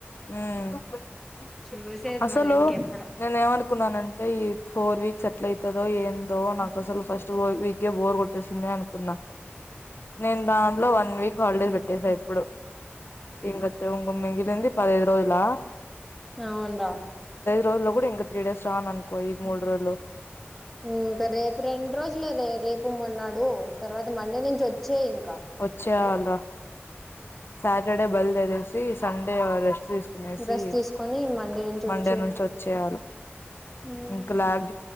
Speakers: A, on the left; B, in the centre.
A: ఆ
B: చూసేది
A: అసలు
B: మళ్ళీ ఇంకెప్పుడు
A: నేను ఏమనుకున్నానంటే ఈ ఫోర్ వీక్ సెటిల్ అవుతుదో ఏందో నాకు అసలు ఫస్ట్ వీగే బోర్ కొట్టేసిందిని అనుకున్నా నేను దాంట్లో వన్ వీక్ హాలిడేస్ పెట్టేశాను ఇప్పుడు ఇంగ ఉంగ మింగలింది పదైదు రోజుల
B: అవును రా
A: రోజు లో కూడా ఇంకా త్రీ డేస్ రాను అనుకో ఈ మూడు రోజులో
B: ఇ ఇంకా రేపు రెండు రోజులేదే రేపు మొన్నాడు తర్వాత మండే నుంచి వచ్చే ఇం
A: వచ్చే అల్ సాటర్డే బల్దేఅనేసి సండే రెస్ రెస్ట్తీసుకునేసి
B: రెస్ట్ తీసుకొని మండే నుంచి
A: మండే
B: వచ్చేయి
A: నుంచి వచ్చేయాల
B: ఉమ్
A: ఇంకా లాగ్